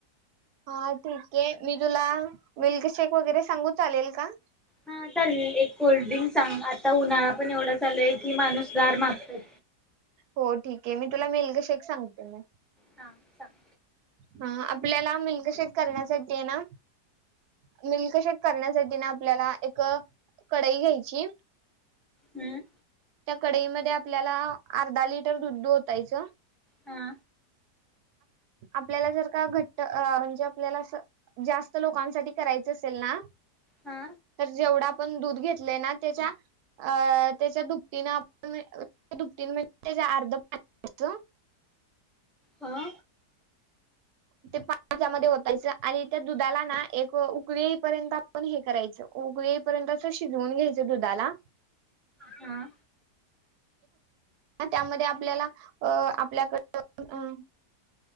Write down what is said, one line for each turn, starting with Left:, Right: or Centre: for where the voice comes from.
Right: हा ठीक आहे मी तुला मिल्कशेक वगैरे सांगू चालेल का?
Centre: हा चालेलं एक कोल्ड्रिंक सांग. आता उन्हाळा पण एवढा चालूय की माणूस गार मागतय.
Right: हो ठीक आहे मी तुला मिल्कशेक सांगते मग.
Centre: हा सांग.
Right: हा आपल्याला मिल्कशेेक करण्यासाठी आहे ना, मिल्कशेेक करण्यासाठी ना आपल्याला एक कढई घ्यायची
Centre: हम्म!
Right: त्या कढईमध्ये आपल्याला अर्धा लिटर दुदु ओतायचं.
Centre: हा!
Right: आपल्याला जर का घट्ट म्हणजे आपल्याला असं जास्त लोकांसाठी करायचं असेल ना?
Centre: हा
Right: तर जेवढा आपण दूध घेतलय ना त्याच्या त्याच्या दुप्प टिन आपण दुपटीन म्हणजे त्या अर्ध पाणी घ्यायचं.
Centre: हा!
Right: ते पाणी त्या मध्ये ओतायच आणि त्या दुधाला ना एक उकळी येईपर्यंत आपण हे करायचं, उगळी येईपर्यंत असं शिजवून घ्यायचं दुधाला.
Centre: हां!
Right: त्यामध्ये आपल्याला अ, आपल्याकड अं